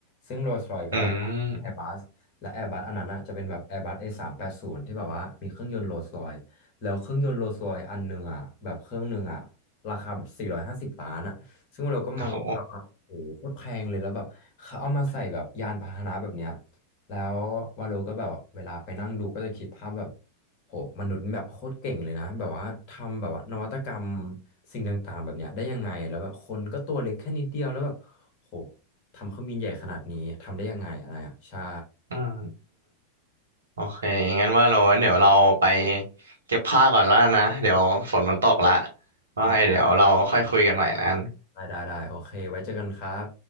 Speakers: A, on the left; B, on the right.
A: ซซึ่งโรลส์รอยซ์ก็
B: อืม
A: แอร์บัสและแอร์บัสอันนั้นอะจะเป็นแบบแอร์บัส A380 ที่แบบว่ามีเครื่องยนต์โรลส์รอยซ์แล้วเครื่องยนต์โรลส์รอยซ์อันหนึ่งอะแบบเครื่องหนึ่งอะราคาแบบ450ล้านอะซึ่งเราก็มองว่าแบบว่าโอ้โหโคตรแพงเลยแล้วแบบเขาเอามาใส่แบบยานพาหนะแบบเนี้ย
B: โอ้โห
A: แล้ววาโลก็แบบเวลาไปนั่งดูก็จะคิดภาพแบบ โหมนุษย์แบบโคตรเก่งเลยนะ แบบว่าทำแบบว่านวัตกรรมสิ่งต่างๆแบบเนี้ยได้ยังไง แล้วแบบคนก็ตัวเล็กแค่นิดเดียวแล้วแบบโหทำเครื่องบินใหญ่ขนาดนี้ทำได้ยังไงอะไรอ่ะ ใช่
B: อืมโอเคงั้นว่าเรางั้นเดี๋ยวเราไปเก็บผ้าก่อนแล้วนะเดี๋ยวฝนมันตกละว่าไงเดี๋ยวเราค่อยคุยกันใหม่นะ
A: ได้ได้ได้ได้โอเค ไว้เจอกันครับ